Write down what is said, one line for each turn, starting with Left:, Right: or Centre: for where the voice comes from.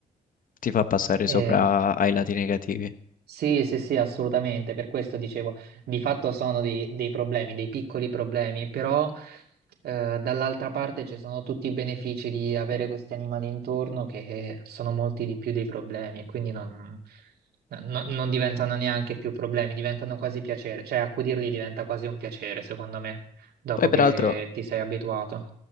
Left: Ti fa passare
Right: Eh,
Left: sopra ai lati negativi.
Right: sì, sì, sì, assolutamente. Per questo dicevo, di fatto sono dei, dei problemi, dei piccoli problemi, però eh, dall'altra parte ci sono tutti i benefici di avere questi animali intorno che sono molti di più dei problemi e quindi non, no- no, non diventano neanche più problemi, diventano quasi piacere. Cioè, accudirli diventa quasi un piacere, secondo me, dopo
Left: Poi,
Right: che
Left: peraltro,
Right: ti sei abituato.